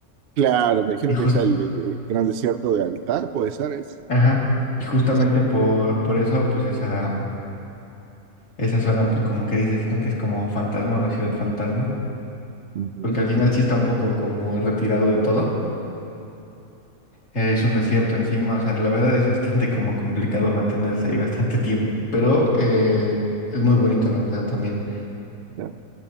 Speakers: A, on the right; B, on the left.
A: Claro, me dijeron
B: Y jus-
A: que está el, el Gran Desierto de Altar, puede ser, es.
B: ajá, y justamente
A: Ese.
B: por, por eso, pues esa, mm, esa zona, pues como que dices, ¿no? Que es como fantasma, una ciudad fantasma,
A: Ujú,
B: porque al final sí está un poco como retirado de todo. Eh, Es un desierto encima, o sea, la verdad es bastante como complicado mantenerse ahí bastante tiempo, pero eh, es muy bonito, la verdad, también.
A: claro.